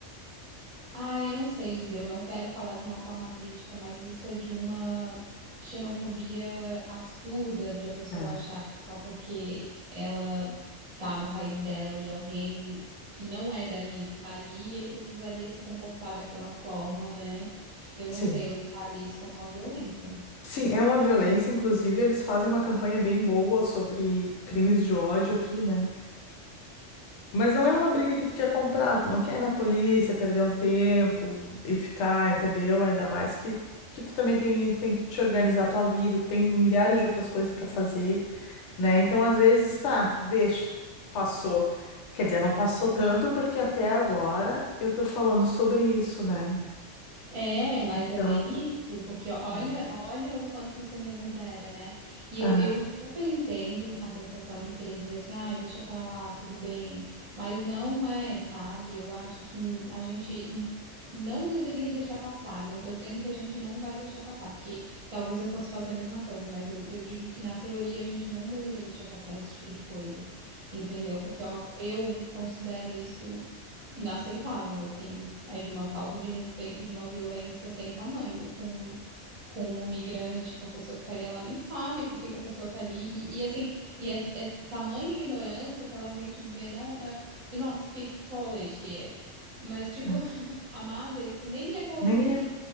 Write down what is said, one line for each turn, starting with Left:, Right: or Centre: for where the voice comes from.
Right: ah, eu não sei dizer, eu não quero falar de uma forma crítica, mas isso é de uma xenofobia absurda de a pessoa
Left: É.
Right: achar que só porque ela tá no país dela e alguém que não é dali está ali, ele precisaria se comportar daquela forma, né? Eu
Left: Sim.
Right: não sei, eu encaro isso como uma violência.
Left: Sim, é uma violência, inclusive eles fazem uma campanha bem boa sobre crimes de ódio aqui, né? Mas não é uma briga que tu quer comprar, tu não quer ir na polícia, perder um tempo e ficar, entendeu? Ainda mais que, que tu também tem, tem que te organizar a tua vida, tem milhares de outras coisas pra fazer, né? Então, às vezes, tá, deixa, passou. Quer dizer, não passou tanto porque até agora eu tô falando sobre isso, né?
Right: É, mas
Left: Então,
Right: é bem isso, porque olha,
Left: ah,
Right: olha o quanto isso reverbera, né? E
Left: ah,
Right: eu, eu super entendo a sensação de querer dizer assim, ai, deixa pra lá, tudo bem, mas não é, sabe? Eu acho que n- a gente n- não deveria deixar passar, não tô dizendo que a gente não vai deixar passar, porque talvez eu fosse fazer a mesma coisa, mas eu, eu digo que na teoria a gente não deveria deixar passar esse tipo de coisa, entendeu? Porque é uma, co- eu considero isso inaceitável, assim. É de uma falta de respeito, de uma violência sem tamanho com, com o migrante, com a pessoa que tá ali. Ela nem sabe por que que a pessoa tá ali. E, e, assim, e é, é tamanha ignorância que ela vem te dizer, não, eh, do not speak Polish here. Mas, tipo,
Left: ah.
Right: <laughs> amada, isso nem é polonês.
Left: Nem